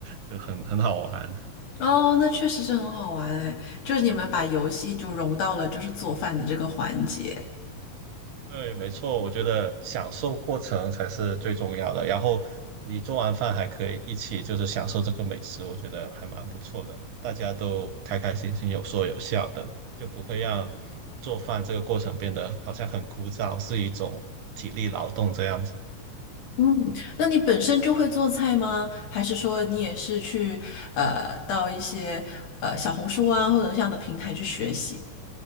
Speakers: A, on the right; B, on the left.
A: 就很很好玩。
B: 哦，那确实是很好玩哎，就是你们把游戏就融到了就是做饭的这个环节。
A: 对，没错，我觉得享受过程才是最重要的。然后你做完饭还可以一起就是享受这个美食，我觉得还蛮不错的。大家都开开心心，有说有笑的，就不会让做饭这个过程变得好像很枯燥，是一种体力劳动这样子。
B: 嗯，那你本身就会做菜吗？还是说你也是去呃到一些呃小红书啊或者这样的平台去学习？